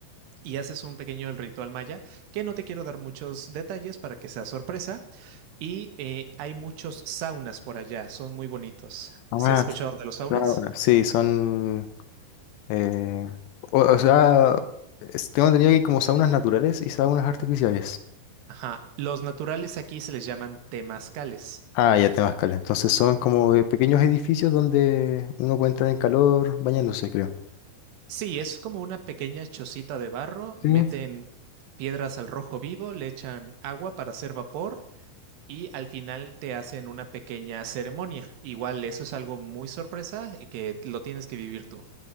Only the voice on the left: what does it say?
Ah,
Claro. Sí, son, eh, o, o sea, es- tengo entendido que hay como saunas naturales y saunas artificiales.
Ah, ya te escala. Entonces son como eh, pequeños edificios donde uno puede entrar en calor bañándose, creo.
Sí.